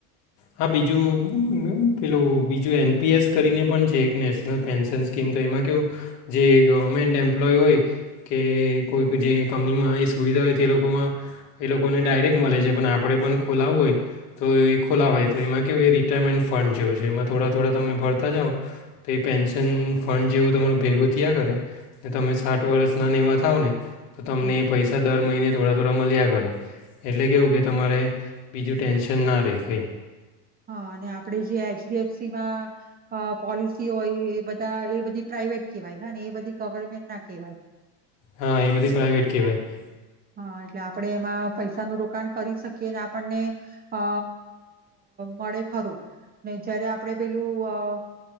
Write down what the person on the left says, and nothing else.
હ, બીજું પેલું બીજું એન પી એસ કરીને પણ છે. એક નેશનલ પેન્શન સ્કીમ. તો એમાં કહું, જે ગવર્મેન્ટ એમ્પ્લોય હોય, કે કોઈ જે કંપનીમાં એ સુવિધા હોય, તો એ લોકોમાં એ લોકોને ડાયરેક્ટ મળે છે. પણ, આપણે પણ ખોલાવવું હોય તો એ ખોલાવાય, તો એમાં કહું, એ રિટાયરમેન્ટ ફંડ જેવું છે. એમાં થોડા થોડા તમે ભરતા જાઓ, તો એ પેન્શન ફંડ જેવું તમારું ભેગું થીયા કરે, ને તમે સાઠ વર્ષના ને એવા થાવ ને તો, તમને
એ પૈસા દર મહિને થોડા થોડા માલ્યા કરે. એટલે કેવું કે તમારે બીજું ટેન્શન ના રેય. કંઈક
હ, એ બધી પ્રાઇવેટ કેવાય.